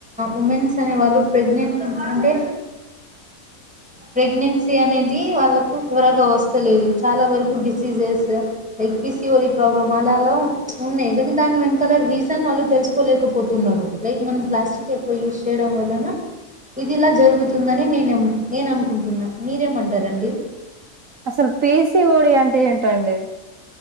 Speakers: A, in the centre; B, on the right (about 60°).
A: ఉమెన్స్ అనే వాలు ప్రెగ్నెంట్ అంటే ప్రెగ్నెన్సీ అనేది వాళ్కు త్వరగా వస్తలేదు చాలా వరకు డిసీజెస్ లైక్ పిసిఓడి ప్రాబ్ల మాదలో ఉన్నె కనీ దాన్ని వె కల రీజన్ వాళ్ళు తెలుసుకోలేకపోతున్నారు లైక్ మనం ప్లాస్టిక్ ఎక్కువ యూజ చేయడం వలన ఇది ఇలా జరుగుతుందని నేను నేను అనుకుంటున్నా మీరేమంటారంండి
B: అసలు పీసి ఓడి అంటే ఏంటండి